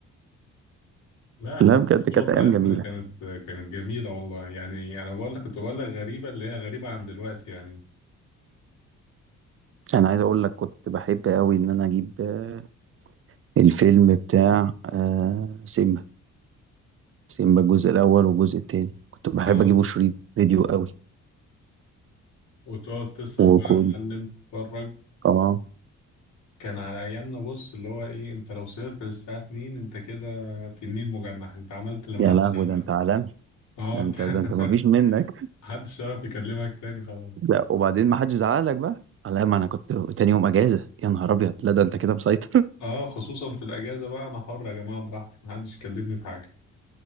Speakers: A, on the left; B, on the right.
A: لا احنا
B: لا
A: الطفولة
B: بجد كانت
A: بتاعتنا
B: ايام جميلة
A: كانت كانت جميلة والله يعني انا بقول لك كنت بقول لك غريبة اللي هي غريبة عن دلوقتي يعني
B: انا عايز اقول لك كنت بحب قوي ان انا اجيب آه، الفيلم بتاع آه، سيمبا سيمبا الجزء الاول والجزء التاني كنت بحب
A: اه
B: اجيبه شريط فيديو قوي
A: وتقعد تسهر
B: وكنت
A: بقى يا معلم تتفرج
B: اه
A: كان على ايامنا بص اللي هو ايه انت لو سهرت للساعة 2 انت كده تنين مجنح انت عملت اللي محدش
B: يا لهوي
A: عمله
B: ده انت عالمي
A: اه
B: ده
A: انت
B: انت ده انت
A: <laughs>
B: ما فيش منك
A: محدش يعرف يكلمك تاني خلاص
B: لا وبعدين ما حدش زعق لك بقى لا ما انا كنت تاني يوم اجازه يا نهار ابيض لا ده انت كده مسيطر
A: اه خصوصا في الاجازه بقى انا حر يا جماعه براحتي محدش يكلمني في حاجه